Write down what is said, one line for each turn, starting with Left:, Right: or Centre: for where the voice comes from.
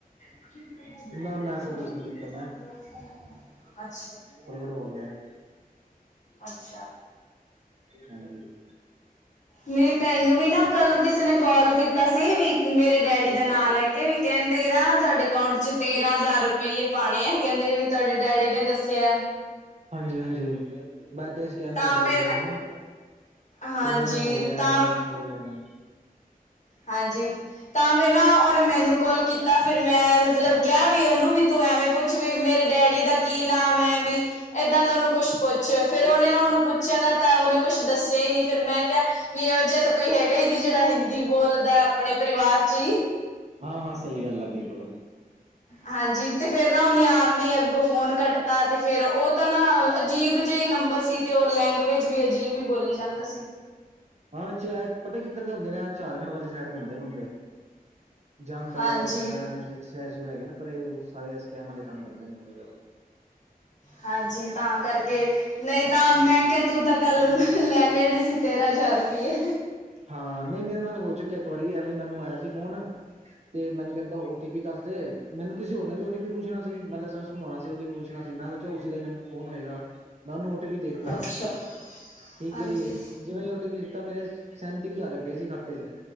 Left: <unintelligible>
Right: ਨਾ ਮੈਂ ਐਸਾ ਕੁਛ ਨੀ ਕੀਤਾ
Left: ਅੱਛਾ,
Right: ਫਰੌੜ ਹੋ ਗਿਆ।
Left: ਅੱਛਾ,
Right: ਹਾਂਜੀ,
Left: ਮੇਰੀ ਭੈਣ ਨੂੰ ਵੀ ਨਾ ਕੱਲ ਕਿਸੇ ਨੇ ਕਾਲ ਕੀਤਾ ਸੀ ਵੀ ਮੇਰੇ ਡੈਡੀ
Right: ਹਾਂਜੀ
Left: ਦਾ ਨਾਂ
Right: ਹਾਂਜੀ
Left: ਲੈ ਕੇ ਵੀ ਕਹਿੰਦੇ ਨਾ ਤੁਹਾਡੇ ਅਕਾਊਂਟ 'ਚ ਤੇਰਾਂ ਹਜ਼ਾਰ ਰੁਪ ਪਈਏ ਪਾਣੇ ਆ ਕਹਿੰਦੇ ਵੀ ਤੁਹਾਡੇ ਡੈਡੀ ਨੇ ਦੱਸਿਆ।
Right: ਹਾਂਜੀ-ਹਾਂਜੀ, ਵਾਧੂ ਸਕੈਮ
Left: ਤਾਂ
Right: ਚੱਲ ਰਿਹਾ
Left: ਫਿਰ
Right: ਅੱਜ ਕੱਲ ਨਾ
Left: ਹਾਂਜੀ
Right: ਕਈਆਂ ਨਾਲ ਹੋ ਰਿਹਾ
Left: ਤਾਂ
Right: ਐਵੇ ਈ ਹੋ ਰਿਆ।
Left: ਹਾਂਜੀ, ਤਾਂ ਫਿਰ ਨਾ ਉਹਨੇ ਮੈਨੂੰ ਕੋਲ ਕੀਤਾ, ਫੇਰ ਮੈਂ ਮਤਲਬ ਕੇਯਾ ਵੀ ਓਨੂੰ ਵੀ ਤੂੰ ਐਵੇਂ ਪੁੱਛ ਮੇਰੇ ਡੈਡੀ ਦਾ ਕੀ ਨਾਮ ਐ ਵੀ ਇਦਾਂ ਦਾ ਓਨੂੰ ਕੋਛ ਪੁੱਛ,
Right: ਹਾਂ-ਹਾਂ
Left: ਫੇਰ ਓਨੇ ਨਾ ਓਨੂੰ ਪੁੱਛ ਛਿਆ ਨਾ ਤਾਂ ਓਨੇ ਕੁਛ ਦੱਸਿਆ ਈ ਨੀਂ, ਫੇਰ ਮੈਂ ਕੇ ਵੀ ਏਹੋ ਜਾ ਤਾਂ ਕੋਈ ਹੈਗਾ ਈ ਨੀ ਜੇੜਾ ਹਿੰਦੀ ਬੋਲਦੈ ਅਪਨੇ ਪਰਿਵਾਰ ਚ ਈ।
Right: ਹਾਂ-ਹਾਂ, ਸਈ ਗੱਲ ਐ ਬਿਲਕੁਲ।
Left: ਹਾਂਜੀ, ਤੇ ਫੇਰ ਨਾ ਓਨੇ ਆਪ ਨੇ ਅੱਗੋ ਫੋਨ ਕੱਟਤਾ ਤੇ ਫੇਰ ਓ ਤਾਂ ਨਾ ਅਜੀਬ ਜਈ ਨੰਬਰ ਸੀ ਤੇ ਓ ਲੈਂਗੁਏਜ ਵੀ ਅਜੀਬ ਈ ਬੋਲੀ ਜਾਂਦਾ ਸੀ।
Right: ਹਾਂ, ਸ਼ੈਅਦ ਪਤਾ ਕਿੱਧਰ ਦੇ ਹੁੰਦੇ ਨੇ ਆ ਝਾਰਖੰਡ ਵਾਲੀ ਸਾਈਡ ਦੇ ਹੁੰਦੇ ਆ ਬੰਦੇ। ਜਾਮ ਤੜਾ
Left: ਹਾਂਜੀ
Right: ਵਗੈਰਾ ਸ਼ੈਰ ਸ਼ੋਰ ਹੈਗੇ ਨੇ ਪਰੇ ਓ ਸਾਰੇ ਸਕੈਮ ਵਾਲੇ ਕੰਮ ਕਰਦੇ ਨੇ ਮੁੰਡੇ ਓਦਰ ਦੇ।
Left: ਹਾਂਜੀ, ਤਾਂ ਕਰਕੇ। ਨਈਂ ਤਾਂ ਮੈਂ ਕੇਆ ਤੂੰ ਤਾਂ ਕੱਲ ਨੂੰ ਲੈ ਲੈਣੇ ਸੀ ਤੇਰਾਂ ਹਜਾਰ ਰੁਪਈਏ।
Right: ਹਾਂ। ਨਈਂ ਮੇਰੇ ਨਾਲ ਹੋ ਚੁੱਕਿਆ ਏਕ ਵਾਰੀ ਐਵੇਂ ਮੈਨੂੰ ਆਯਾ ਸੀ ਫੋਨ ਤੇ ਮੈਨੂੰ ਕੈਂਦਾ ਓਟੀਪੀ ਦੱਸ ਦੇ। ਮੈਨੂੰ ਕਿਸੇ ਹੋਰ ਨੇ ਵੀ ਓਟੀਪੀ ਪੁੱਛਣਾ ਸੀ। ਮੈਂ ਲਾਇਸੈਂਸ ਬਣਾਉਣਾ ਸੀ ਓਟੀਪੀ ਪੁੱਛਣਾ ਸੀ ਮੈਂ ਸੋਚਿਆ ਉਦਾ ਨਾ ਫੋਨ ਹੋਏਗਾ। ਮੈਂ ਓਨੂੰ ਓਟੀਪੀਦੇ ਦੇਤਾ,
Left: ਅੱਛਾ।
Right: ਠੀਕ
Left: ਹਾਂਜੀ
Right: ਐ ਜੀ, ਜਿਵੇਂ ਓਟੀ ਪੀ ਦਿੱਤਾ ਮੇਰੇ ਸਾ ਸੈਂਤੀ ਕੁ ਹਜਾਰ ਰੁਪਏ ਸੀ ਖਾਤੇ ਚ,